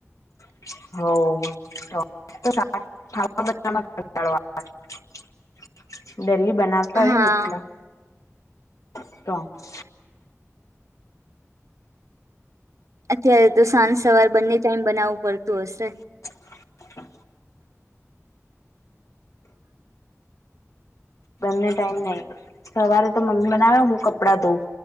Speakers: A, on the left; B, on the right.
A: હા બમાં <inaudible> દલી બનાવતા હોય લા
B: હા
A: તો <inaudible>
B: અત્યારે તો સાંજ સવાર બંને ટાઈમ બનાવવું પડતું હશે
A: <inaudible> બંને ટાઈમ નહી સવારે તો મમ્મી બનાવે હું કપડાં ધઉં